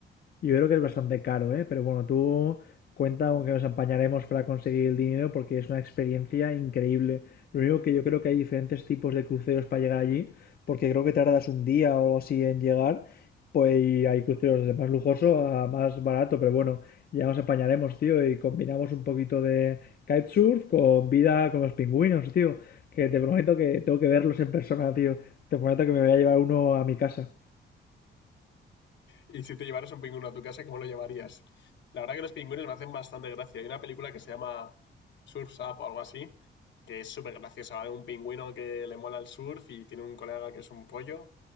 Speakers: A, on the left; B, on the left.
A: Yo creo que es bastante caro, ¿eh? Pero bueno, tú cuenta aunque nos apañaremos para conseguir el dinero porque es una experiencia increíble. Lo único que yo creo que hay diferentes tipos de cruceros para llegar allí, porque creo que tardas un día o algo así en llegar, pues y hay cruceros de más lujoso a más barato, pero bueno, ya nos apañaremos, tío, y combinamos un poquito de kitesurf con vida con los pingüinos, tío, que te prometo que tengo que verlos en persona, tío. Te prometo que me voy a llevar uno a mi casa.
B: Y si te llevaras un pingüino a tu casa, ¿cómo lo llamarías? La verdad que los pingüinos me hacen bastante gracia. Hay una película que se llama Surf's Up o algo así, que es súper graciosa. Va de un pingüino que le mola el surf y tiene un colega que es un pollo.